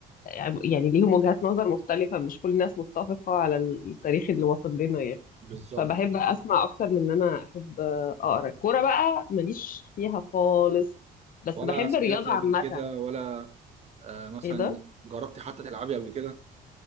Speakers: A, on the left; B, on the right.
A: آه، يعني ليهم وجهات نظر مختلفه مش كل الناس متفقه على التاريخ اللي وصل لنا يعني
B: بالظبط
A: فبحب اسمع اكتر من ان انا احب اقرا الكوره بقى ماليش فيها خالص بس
B: ولا
A: بحب
B: سمعتي
A: الرياضه
B: قبل
A: عامه
B: كده ولا آه مثلا
A: ايه ده
B: جربتي حتى تلعبي قبل كده